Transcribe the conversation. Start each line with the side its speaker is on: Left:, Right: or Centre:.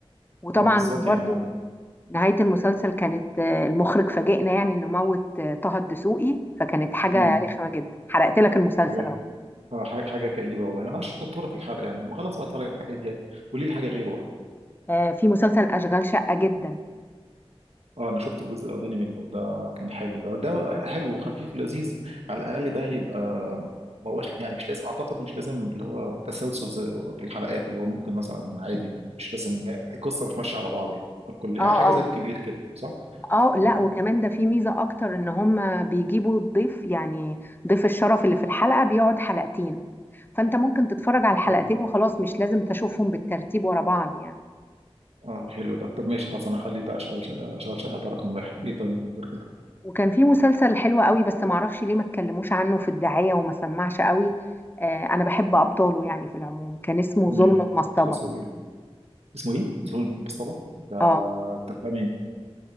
Left: وطبعا
Right: اه بالظبط
Left: برضو
Right: يعني
Left: نهاية المسلسل كانت آه، المخرج فاجئنا يعني انه موت آه، طه الدسوقي فكانت حاجة
Right: مم.
Left: رخمة جدا حرقت لك المسلسل
Right: حاجه
Left: اهو
Right: اه ح- حاجه كئيبه والله انا شطوره في الحرق يعني ما خلاص بقى اتفرج عليه يعني قولي لي حاجه غيره
Left: آه، في مسلسل اشغال شقة جدا
Right: اه انا شفت الجزء الاولاني منه ده كان حلو ده ده حلو وخفيف ولذيذ على الاقل ده يبقى ما هوش يعني مش لازم اعتقد مش لازم اللي هو تسلسل زي في الحلقات اللي هو ممكن مثلا عادي مش لازم القصه مش ماشيه على بعض يعني كل كل-
Left: اه
Right: يعني حاجه
Left: اه
Right: زي الكبير كده صح؟
Left: اه لا
Right: مم.
Left: وكمان ده في ميزة اكتر ان هم بيجيبوا الضيف يعني ضيف الشرف اللي في الحلقة بيقعد حلقتين فانت ممكن تتفرج على الحلقتين
Right: حلو
Left: وخلاص مش لازم تشوفهم بالترتيب ورا بعض يعني
Right: اه حلو ده طب ماشي خلاص انا هخلي ده اشغل شقه اشغل شقه ده رقم واحد ايه تاني غير كده؟
Left: وكان في مسلسل حلو قوي بس معرفش ليه ما اتكلموش عنه في الدعاية وما سمعش قوي آه انا بحب ابطاله يعني في العموم كان اسمه
Right: مم.
Left: ظلم المصطبة
Right: خلاص، هو- اسمه ايه؟ زهور المصطبة ده
Left: اه
Right: ده بتاع مين؟